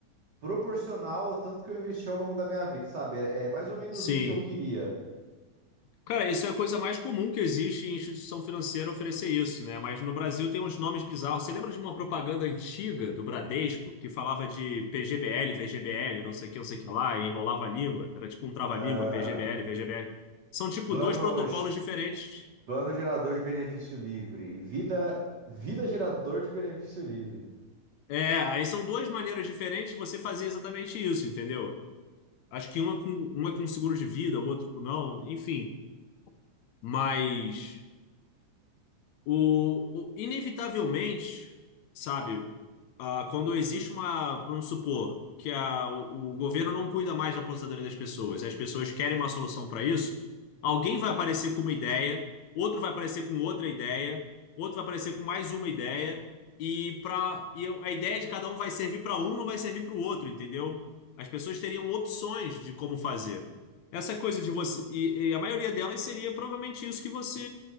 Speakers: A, on the right; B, on the left.
A: proporcional ao tanto que eu investi ao longo da minha vida, sabe? É, é mais ou menos
B: Sim.
A: isso que eu queria.
B: Cara, isso é a coisa mais comum que existe em instituição financeira oferecer isso, né? Mas no Brasil tem uns nomes bizarros. Você lembra de uma propaganda antiga do Bradesco que falava de PGBL, VGBL, não sei o que, não sei o que lá, e enrolava a língua? Era tipo um trava-língua,
A: Ah,
B: PGBL, VGBL. São tipo
A: planos,
B: dois protocolos diferentes.
A: plano gerador de benefício livre, vida, vida gerador de benefício livre.
B: É, aí são duas maneiras diferentes de você fazer exatamente isso, entendeu? Acho que um é com, um é com seguro de vida, o outro com não, enfim. Mas. O, o- inevitavelmente, sabe, ah, quando existe uma, vamos supor, que a, o, o governo não cuida mais da aposentadoria das pessoas, e as pessoas querem uma solução para isso, alguém vai aparecer com uma ideia, outro vai aparecer com outra ideia, outro vai aparecer com mais uma ideia, e, pra, e a ideia de cada um vai servir para um, não vai servir para o outro, entendeu? As pessoas teriam opções de como fazer. Essa coisa de você. E, e a maioria delas seria provavelmente isso que você